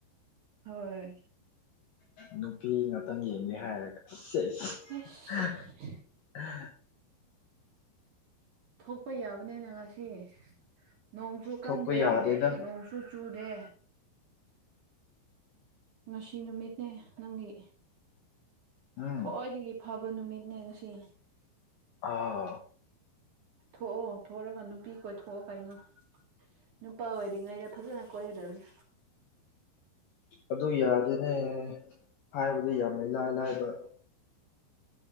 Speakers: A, on the right (about 55°); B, on the left (about 70°).
A: ꯍꯣꯏ
B: ꯅꯨꯄꯤ ꯉꯥꯛꯇꯪ ꯌꯦꯡꯒꯦ ꯍꯥꯏꯔꯒꯦ ꯁꯦꯁ
A: ꯑꯁ
B: <unintelligible>
A: ꯊꯣꯛꯄ ꯌꯥꯕꯅꯤꯅ ꯉꯁꯤ ꯅꯣꯡꯁꯨ ꯀꯟꯗꯦ
B: ꯊꯣꯛꯄ ꯌꯥꯗꯦꯗ
A: ꯅꯣꯡꯁꯨ ꯆꯨꯆꯨꯗꯦ ꯉꯁꯤ ꯅꯨꯃꯤꯠꯅꯦ ꯅꯪꯒꯤ
B: ꯎꯝ
A: ꯈ꯭ꯋꯥꯏꯗꯒꯤ ꯐꯕ ꯅꯨꯃꯤꯠꯅꯦ ꯉꯁꯤ
B: ꯑꯥ
A: ꯊꯣꯛꯑꯣ ꯊꯣꯛꯔꯒ ꯅꯨꯄꯤ ꯀꯣꯏꯊꯣꯛꯑꯣ ꯀꯩꯅꯣ ꯅꯨꯄꯥ ꯑꯣꯏꯔꯤꯉꯩꯗ ꯐꯖꯅ ꯀꯣꯏꯒꯗꯕꯅꯤ
B: ꯑꯗꯨ ꯌꯥꯗꯦꯅꯦ ꯍꯥꯏꯕꯗ ꯌꯥꯝꯅ ꯏꯂꯥꯏ ꯂꯥꯏꯕ